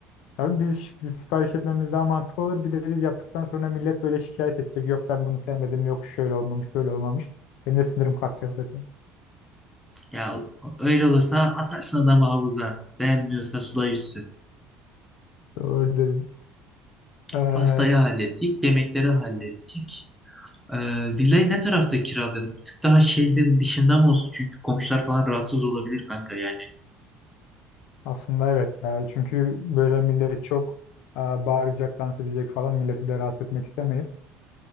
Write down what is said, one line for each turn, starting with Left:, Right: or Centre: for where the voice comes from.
Left: Tabii biz, ş- biz sipariş etmemiz daha mantıklı olur. Bir de biz yaptıktan sonra millet böyle şikayet edecek. Yok ben bunu sevmedim, yok şöyle olmamış, böyle olmamış. Benim de sinirim kalkacak zaten.
Centre: Ya öyle olursa atarsın adamı havuza. Beğenmiyorsa suda yüzsün.
Left: Doğru dedim. Ee,
Centre: Pastayı
Left: ş-
Centre: hallettik, yemekleri hallettik. Ee, villayı ne tarafta kiralayalım? Bir tık daha şehrin dışında mı olsun? Çünkü komşular falan rahatsız olabilir kanka yani.
Left: aslında evet yani çünkü böyle millet çok e, bağıracak, dans edecek falan milleti de rahatsız etmek istemeyiz.